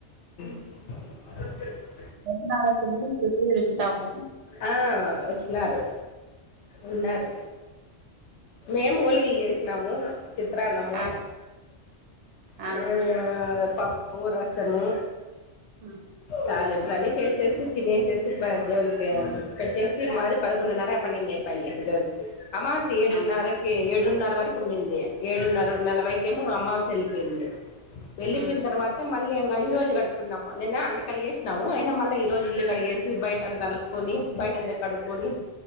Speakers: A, on the left (about 75°); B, on the right (about 80°).
A: <unintelligible>
B: <unintelligible> వచ్చుతావని
A: ఆ ఒచ్చినారు ఉన్నారు మేం ఓలిగలు జేస్నాము చిత్రాన్నము
B: ఆ
A: హ్మ్
B: ఆ
A: పప్పు రసము
B: ఉమ్
A: తాలింపులన్ని చేస్ సి తినేసేసి పెద్దోనికి పెట్టేసి మాది పదకొండున్నర పన్నెండ్ అయిపాయ్లే ఈరోజ్ అమాస్ ఏడున్నరకి
B: ఆ
A: ఏడున్నర వరకి ఉన్నింది ఏడున్నర నలవైకేమో అమాస్ ఎల్ పెంది ఎళ్ళిపెయిన్
B: ఉమ్
A: తర్వాత మళ్ళీ అంగా ఈరోజు కడుక్కున్నము నిన్న అన్ని కడిగేశ్నాము అయినా మళ్ళ ఈ రోజు ఇల్లు కడిగేసి బయటంత అలుక్కొని బయటంతా క డుక్కొని